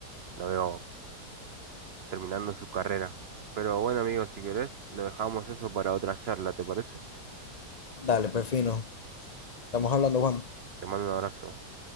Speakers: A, on the right; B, on the left.
A: lo veo terminando su carrera. Pero bueno, amigo, si querés, lo dejamos eso para otra charla, ¿te parece?
B: Dale, pues fino. Estamos hablando, Juan.
A: Te mando un abrazo. ¿eh?